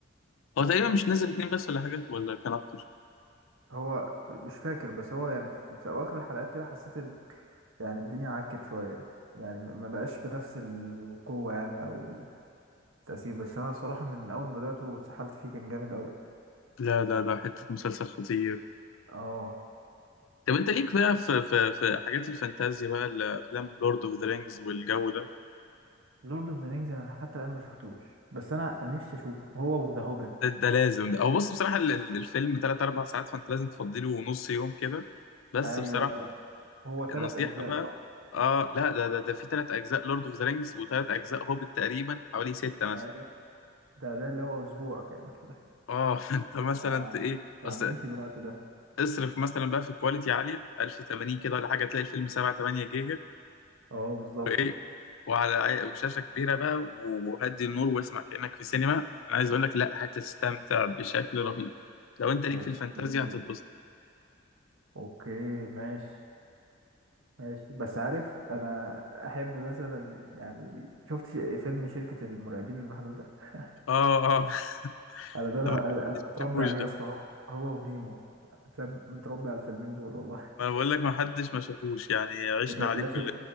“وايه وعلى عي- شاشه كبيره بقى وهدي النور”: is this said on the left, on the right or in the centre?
Left